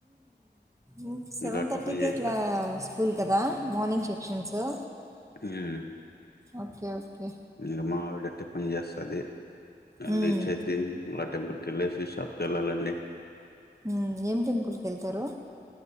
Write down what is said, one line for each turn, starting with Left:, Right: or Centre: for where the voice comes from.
Right: ఊ సెవెన్
Left: ఇంకా
Right: థర్టీకే
Left: టిఫిన్ చేస్తా
Right: క్లా స్కూల్ కదా మార్నింగ్ సెక్షన్సు.
Left: జ్ఞా
Right: ఓకే ఓకే
Left: ఇంగ మావిడ టిఫన్ చేస్తది అల్లే
Right: మ్మ్
Left: చెత్తి మా టెంపుల్ వెళ్లేసి షాప్కి వెళ్ళాలండి.
Right: ఊ ఏం టెంపుల్కి ఏళ్తారు?